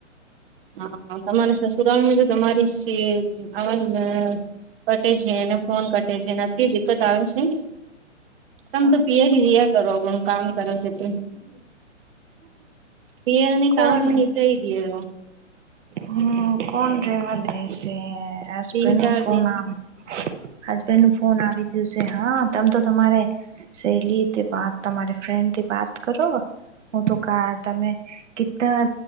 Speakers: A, on the right; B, on the right.
A: હા તમારે સસુરાાલમાં તો તમારી આવાજ કટે છે અને ફોન કટે છે નથી દિકકત આવે છે ને તમ
B: સાચું
A: તો પિયર રિયા કરો આપ આપણું કામ કરે છે ત પીયરની
B: કોણ
A: કામ નીપટ દીમ
B: હમ કોણ રેવા દેશે હબન્ડ
A: તીન
B: નું
A: ચાર
B: ફોન
A: દિન
B: આવ હબન્ડ ન ફોન આવી ગયું છે હા તમ તો તમારે શહેલી વાત તમારી ફ્રેન્ડ થી વાત કરો હું તો કાર તમે કેટલા